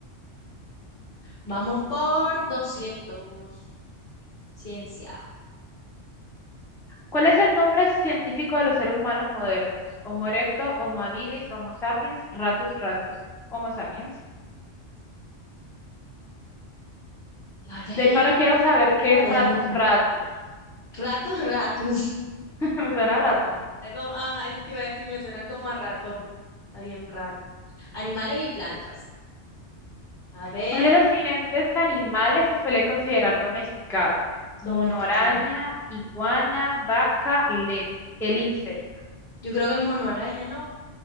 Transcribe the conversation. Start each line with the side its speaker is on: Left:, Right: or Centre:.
Left: vamos por doscientos Ciencia.
Centre: ¿Cuál es el nombre científico de los seres humanos modernos? Homo erecto, Homo habilis, Homo sapiens, Ratus ratus. Homo sapiens.
Left: A ver,
Centre: De hecho, ahora quiero saber qué
Left: verdadero.
Centre: es ratus ratus.
Left: Ratos, ratus.
Centre: <laughs> Me suena a ratón.
Left: Está como- ajá, eso te iba a decir, me suena como a ratón. Está bien raro. Animales y plantas. A ver,
Centre: ¿Cuál de los siguientes animales se suele considerar domesticado? Mono
Left: domesticado.
Centre: araña, iguana, vaca, le- el lince.
Left: Yo creo que el mono araña, ¿no?